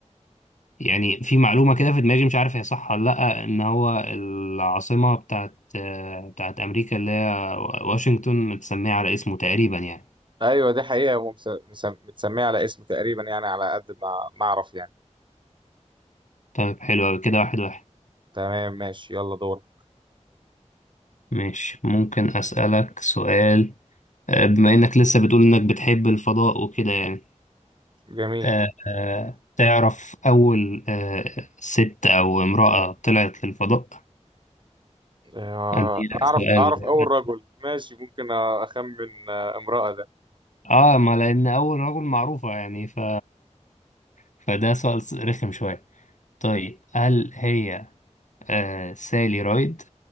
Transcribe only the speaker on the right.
ايوه دي حقيقه ومس- مس- مس- متسميه على اسمه تقريبا يعني على قد ما ما اعرف يعني
تمام ماشي يلا دور
جميل
آه،
انا اعرف
اعرف
اول رجل ماشي ممكن اخمن آه، امرأة ده